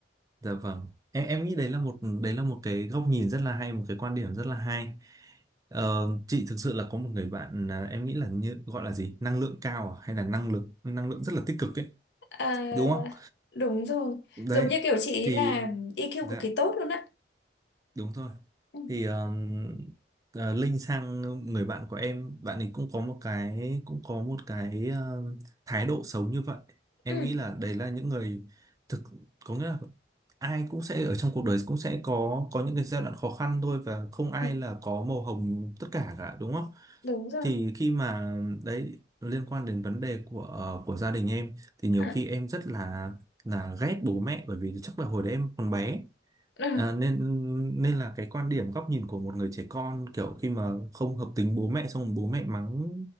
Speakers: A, on the right (about 20°); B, on the left (about 70°).
A: dạ vâng em em nghĩ đấy là một đấy là một cái góc nhìn rất là hay một cái quan điểm rất là hay Ờ, chị thực sự là có một người bạn à, em nghĩ là như gọi là gì năng lượng cao à? hay là năng lực năng lượng rất là tích cực ấy
B: à,
A: đúng không
B: đúng rồi
A: đấy
B: giống như kiểu chị ý
A: thì
B: là EQ
A: dạ
B: cực kỳ tốt luôn á
A: đúng rồi
B: ừ,
A: thì um, ờ, Linh sang người bạn của em bạn ấy cũng có một cái cũng có một cái um, thái độ sống như vậy em
B: ừ,
A: nghĩ là đấy là những người thực có nghĩa là ai cũng sẽ ở trong cuộc đời cũng sẽ có có những cái giai đoạn khó khăn thôi và không ai
B: ừ,
A: là có màu hồng tất cả cả đúng không
B: đúng rồi
A: thì khi mà đấy liên quan đến vấn đề của ờ, của gia đình em thì nhiều
B: à,
A: khi em rất là là ghét bố mẹ bởi vì chắc là hồi đấy em còn bé
B: ừ,
A: À, nên nên là cái quan điểm góc nhìn của một người trẻ con kiểu khi mà không hợp tính bố mẹ xong rồi bố mẹ mắng